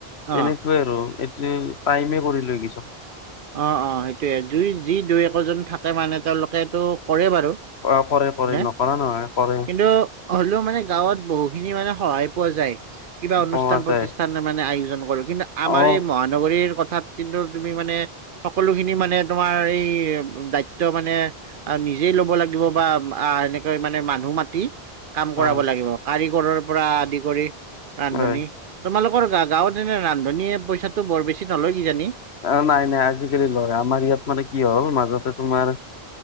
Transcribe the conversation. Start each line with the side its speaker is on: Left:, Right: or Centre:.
Right: অ
Left: তেনেকুৱাই আৰু এইটো টাইমে কৰি লৈ গি চব।
Right: অ অ সেইটোয়ে দুই যি দুই একোজন থাকে মানে তেওঁলোকেটো কৰে বাৰু
Left: অ কৰে কৰে
Right: নে
Left: নকৰা নহয় কৰে।
Right: কিন্তু হ'লেও মানে গাঁৱত বহু খিনি মানে সহায় পোৱা যায়। কিবা অনুষ্ঠান
Left: পোৱা
Right: প্ৰতিষ্ঠান
Left: যায়
Right: মানে আয়োজন কৰো কিন্তু আমাৰ
Left: অ
Right: এই মহানগৰীৰ কথাত কিন্তু তুমি মানে সকলোখিনি মানে তোমাৰ এই দায়িত্ব মানে আৰু নিজেই ল'ব লাগিব বা আহ এনেকৈ মানে মানুহ মাতি কাম কৰাব
Left: হয়
Right: লাগিব কাৰিকৰৰ পৰা আদি কৰি ৰান্ধনি।
Left: হয়
Right: তোমালোকৰ গা গাঁৱত এনে ৰান্ধনীয়ে পইচাটো বৰ বেছি নলয় কিজানি?
Left: অ নাই নাই আজিকালি লয় আমাৰ ইয়াত মানে কি হ'ল মাজতে তোমাৰ